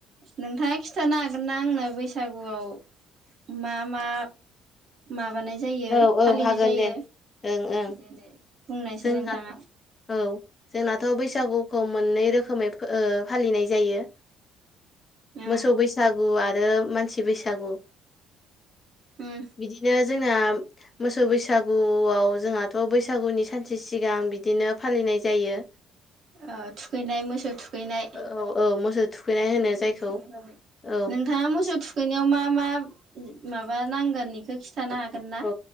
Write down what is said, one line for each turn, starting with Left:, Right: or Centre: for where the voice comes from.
Right: नोंथाङा खिन्थानो हागोन ना आंनो बैसागुआव मा मा माबानाय जायो
Left: औ औ
Right: फालिनाय
Left: हागोन
Right: जायो?
Left: दे ओं ओं
Right: देलाय बुंनायसै
Left: जोंना
Right: नोंथाङा।
Left: औ जोंनाथ' बैसागुखौ मोननै रोखोमै ओ फालिनाय जायो।
Right: ओ
Left: मोसौ बैसागु आरो मानसि बैसागु
Right: उम
Left: बिदिनो जोंना मोसौ बैसागुआव जोंहाथ' बैसागुनि सानसे सिगां बिदिनो फालिनाय जायो
Right: <inaudible> ओ थुखैनाय मोसौ थुखैनाय
Left: औ औ मोसौ थुखैनाय होनो
Right: मोसौ
Left: जायखौ
Right: थुखैनाय जाबाय
Left: औ।
Right: मोसौ
Left: मोस
Right: थुखैनायाव मा मा माबा नांगोन बेखौ खिथ खिथानो हागोन। ना?
Left: औ